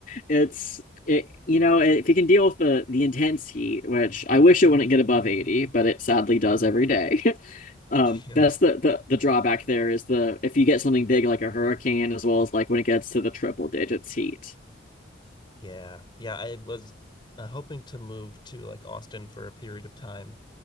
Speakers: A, on the left; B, on the left.
A: it's it, you know, if you can deal with the the intense heat, which I wish it wouldn't get above 80, but it sadly does every day. <laughs> Um,
B: Yeah,
A: that's the, the the drawback there is the if you get something big like a hurricane as well as like when it gets to the triple digits heat.
B: Yeah. Yeah. I was uh, hoping to move to like Austin for a period of time.